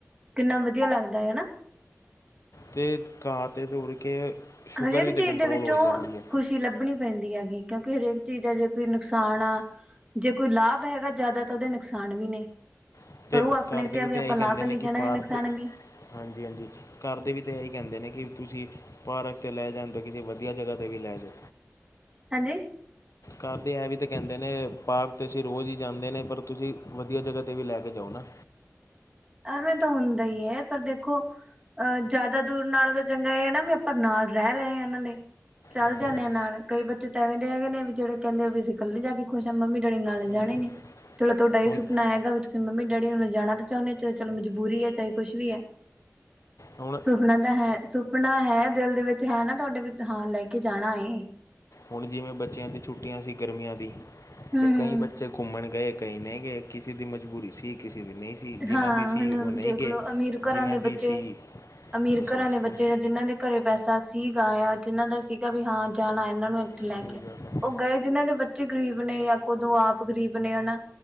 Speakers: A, on the right; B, on the left.
A: ਕਿੰਨਾ ਵਧੀਆ ਲੱਗਦਾ ਹੈ ਹਨਾ।
B: ਤੇ ਘਾਹ ਤੇ ਤੁਰ ਕੇ ਸ਼ੂਗਰ
A: ਹਰੇਕ
B: ਵੀ ਤਾਂ
A: ਚੀਜ਼
B: ਕੰਟਰੋਲ
A: ਦੇ ਵਿੱਚੋਂ
B: ਹੋ ਜਾਂਦੀ ਹੈ
A: ਖੁਸ਼ੀ ਲੱਭਣੀ ਪੈਂਦੀ ਆ ਗੀ। ਕਿਉਂਕਿ ਹਰੇਕ ਚੀਜ਼ ਦਾ ਜੇ ਕੋਈ ਨੁਕਸਾਨ ਆ ਜੇ ਕੋਈ ਲਾਭ ਹੈਗਾ ਜ਼ਿਆਦਾ ਤੇ ਉਹਦੇ ਨੁਕਸਾਨ ਵੀ ਨੇ।
B: ਅਤੇ
A: ਪਰ ਉਹ ਆਪਣੇ
B: ਘਰ
A: ਤੇ
B: ਦੇ
A: ਵੀ
B: ਤਾਂ
A: ਆਪਾਂ
B: ਇਹੀ ਕਹਿੰਦੇ
A: ਲਾਭ ਵੱਲੀ
B: ਨੇ ਕਿ
A: ਜਾਣਾ
B: ਪਾਰਕ
A: ਐ ਜਾ ਨੁਕਸਾਨ ਵੱਲੀ।
B: ਹਾਂਜੀ ਹਾਂਜੀ। ਘਰ ਦੇ ਵੀ ਤਾਂ ਇਹੀ ਕਹਿੰਦੇ ਨੇ ਕਿ ਤੁਸੀਂ ਪਾਰਕ 'ਤੇ ਲੈ ਜਾਂਣਦੇ ਓ। ਕਿਸੇ ਵਧੀਆ ਜਗ੍ਹਾ 'ਤੇ ਵੀ ਲੈ ਜੋ।
A: ਹੈਜੀ
B: ਘਰਦੇ ਐ ਵੀ ਤਾਂ ਕਹਿਦੇ ਨੇ ਪਾਰਕ 'ਤੇ ਅਸੀਂ ਰੋਜ਼ ਹੀ ਜਾਂਦੇ ਨੇ। ਪਰ ਤੁਸੀਂ ਵਧੀਆ ਜਗ੍ਹਾ 'ਤੇ ਵੀ ਲੈ ਕੇ ਜਾਓ ਨਾ।
A: ਐਵੇਂ ਤਾਂ ਹੁੰਦਾ ਹੀ ਐ। ਪਰ ਦੇਖੋ ਅਹ ਜ਼ਿਆਦਾ ਦੂਰ ਨਾਲੋਂ ਤਾਂ ਚੰਗਾ ਇਹ ਨਾ ਵੀ ਪਾ ਨਾਲ ਰਹਿ ਲਏ ਆ ਇਹਨਾਂ ਦੇ। ਚੱਲ
B: ਹਮ,
A: ਜਾਨੇ ਆ ਨਾਲ ਕਈ ਬੱਚੇ ਐਵੇਂ ਦੇ ਹੈਗੇ ਨੇ ਵੀ ਜਿਹੜੇ ਕਹਿੰਦੇ ਆ ਵੀ ਅਸੀਂ ਇਕੱਲੇ ਜਾ ਕੇ ਖੁਸ਼ ਹਾਂ ਮੰਮੀ-ਡੈਡੀ ਨਾਲ ਲਿਜਾਣਾ
B: ਹਮ।
A: ਨੀ। ਚਲੋ ਤੁਹਾਡਾ ਇਹ
B: ਹੁਣ
A: ਸੁਪਨਾ ਹੈਗਾ ਵੀ ਤੁਸੀਂ ਮੰਮੀ ਡੈਡੀ ਨੂੰ ਲਜਾਣਾ ਚਾਹੁੰਦੇ ਹੋ ਚੇ ਚਲ ਮਜਬੂਰੀ ਹੈ ਚਾਹੇ ਕੁਛ ਵੀ ਆ।
B: ਹ ਹੋ <unintelligible>
A: ਸੁਪਨਾ ਤਾ ਹੈ ਸੁਪਨਾ ਹੈ ਦਿਲ ਦੇ ਵਿੱਚ ਹੈ ਨਾ ਤੁਹਾਡੇ ਹਾਂ ਲੈ ਕੇ ਜਾਣਾ ਏ।
B: ਹੁਣ ਜਿਵੇਂ ਬੱਚਿਆਂ ਦੀ ਛੁੱਟੀਆਂ ਸੀ ਗਰਮੀਆਂ ਦੀ
A: ਹੂੰ
B: ਤੇ
A: ਹੂੰ,
B: ਕਈ ਬੱਚੇ ਘੁੰਮਣ ਗਏ। ਕਈ ਨਹੀਂ ਗਏ ਕਿਸੇ ਦੀ ਮਜਬੂਰੀ ਸੀ ਕਿਸੇ ਦੀ ਨਹੀਂ। ਸੀ ਜਿਨ੍ਹਾਂ
A: ਹਾਂ
B: ਦੀ ਸੀ
A: ਹੁਣ
B: ਉਹ ਨਹੀਂ
A: ਦੇਖਲੋ
B: ਗਏ
A: ਅਮੀਰ ਘਰਾਂ
B: ਜਿਨ੍ਹਾਂ
A: ਦੇ
B: ਦੀ
A: ਬੱਚੇ
B: ਸੀ
A: ਅਮੀਰ
B: ਉਹ ਸੋਚ
A: ਘਰਾਂ ਦੇ ਬੱਚੇ
B: ਰਹੇ
A: ਜਾਂ ਜਿਹਨਾਂ ਦੇ ਘਰੇ ਪੈਸਾ ਸੀਗਾ ਆ। ਜਾਂ ਜਿਹਨਾਂ ਦਾ ਸੀਗਾ ਵੀ ਹਾਂ ਜਾਣਾ ਇਹਨਾਂ ਨੂੰ ਇੱਥੇ
B: ਸਹੀ
A: ਲੈ ਕੇ
B: ਗੱਲ ਹੈ
A: ਉਹ ਗਏ। ਜਿਨਾਂ ਦੇ ਬੱਚੇ ਗਰੀਬ ਨੇ ਜਾਂ ਖੁਦ ਉਹ ਆਪ ਗਰੀਬ ਨੇ ਹਨਾ।